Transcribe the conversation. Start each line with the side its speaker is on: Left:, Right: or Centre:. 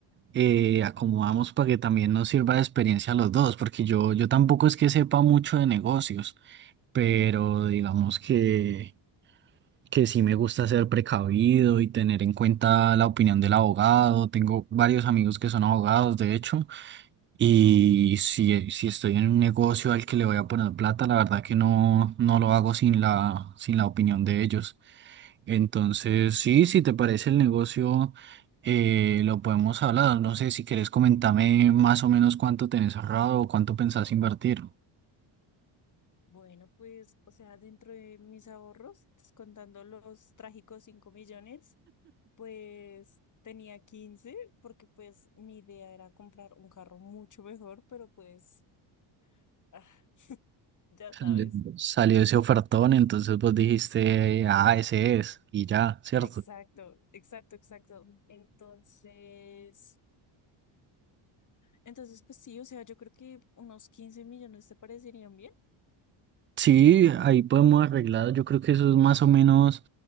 Right: eh, acomodamos para que también nos sirva de experiencia a los dos, porque yo, yo tampoco es que sepa mucho de negocios, pero digamos que, que sí me gusta ser precavido y tener en cuenta la opinión del abogado. Tengo varios amigos que son abogados, de hecho, y si, si estoy en un negocio al que le voy a poner plata, la verdad que no, no lo hago sin la, sin la opinión de ellos. Entonces, sí, si te parece el negocio, eh, lo podemos hablar. No sé si quieres comentarme más o menos cuánto tenés ahorrado o cuánto pensás invertir.
Left: Bueno, pues, o sea, dentro de mis ahorros, pues, contando los trágicos cinco millones, pues tenía quince, porque pues mi idea era comprar un carro mucho mejor, pero pues Ah, <laughs> ya
Right: Sal-
Left: sabes.
Right: Salió ese ofertón, entonces vos dijiste, ah, ese es, y ya, ¿cierto?
Left: Exacto, exacto, exacto. Entonces, entonces, pues sí, o sea, yo creo que unos quince millones te parecerían bien.
Right: Sí, ahí podemos arreglar. Yo creo que eso es más o menos